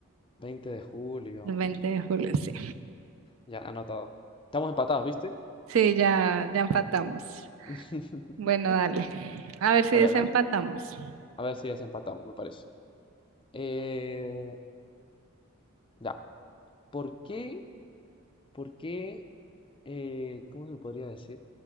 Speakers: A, on the left (about 25°); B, on the right (about 75°).
A: 20 de julio.
B: El 20
A: mm,
B: de julio, sí.
A: Ya, anotado. Estamos empatados, ¿viste?
B: Sí, ya, ya empatamos.
A: <laughs>
B: Bueno, dale. A ver si
A: A
B: desempatamos.
A: ver, hay- a ver si desempatamos, me parece. Eh, ya, ¿por qué? ¿Por qué? eh, ¿cómo se podría decir?